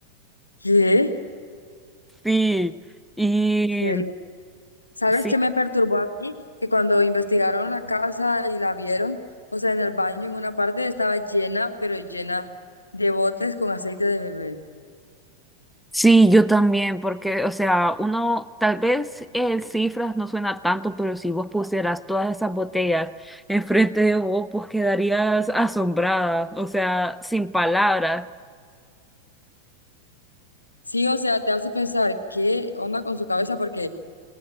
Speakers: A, on the left; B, in the centre.
A: ¿Qué?
B: Sí, y
A: ¿En serio? ¿Sabes
B: sí.
A: qué me perturbó a mí? Que cuando investigaron la casa y la vieron, o sea, en el baño, en una parte estaba llena, pero llena de botes con aceite de bebé.
B: Sí, yo también, porque, o sea, uno, tal vez el cifras no suena tanto, pero si vos pusieras todas esas botellas enfrente de vos, pues quedarías asombrada, o sea, sin palabras.
A: Sí, o sea, te hace pensar qué onda con su cabeza, porque